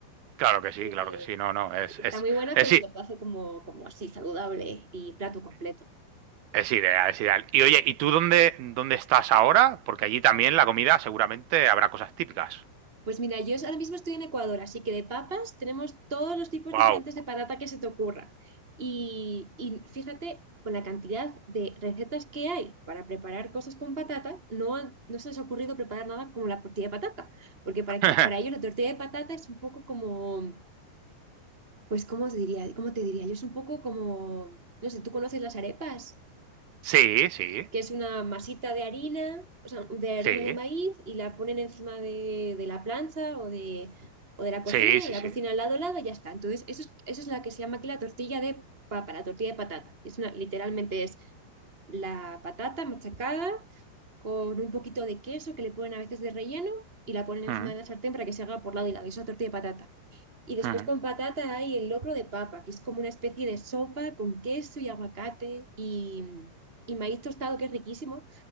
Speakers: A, on the right; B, on the right.
A: Claro que sí,
B: eh,
A: claro que sí. No, no, es,
B: porque está
A: es,
B: muy buena,
A: es,
B: pero se
A: es,
B: lo puede hacer como, como así, saludable y plato completo.
A: es ideal, es ideal. Y oye, ¿y tú dónde, dónde estás ahora? Porque allí también la comida seguramente habrá cosas típicas.
B: Pues mira, yo ahora mismo estoy en Ecuador, así que de papas tenemos todos los tipos
A: Wow.
B: diferentes de patata que se te ocurra. Y, y fíjate, con la cantidad de recetas que hay para preparar cosas con patata, no, han- no se les ha ocurrido preparar nada como la tortilla de patata, porque para aquí,
A: <laughs>
B: para ellos la tortilla de patata es un poco como, pues, ¿cómo os diría? ¿Cómo te diría? Yo es un poco como, no sé, ¿tú conoces las arepas?
A: Sí, sí,
B: que es una masita de harina, o sea, de
A: sí,
B: harina de maíz y la ponen encima de, de la plancha o de, o de la cocina
A: sí, sí,
B: y la
A: sí.
B: cocina al lado al lado y ya está. Entonces, eso es, eso es la que se llama aquí la tortilla de papa, la tortilla de patata. Es una, literalmente es la patata machacada con un poquito de queso que le ponen a veces de relleno y la ponen encima
A: Mm,
B: de la sartén para que se haga por lado y lado. Y es una tortilla de patata. Y después
A: mm,
B: con patata hay el locro de papa, que es como una especie de sopa con queso y aguacate y, y maíz tostado, que es riquísimo.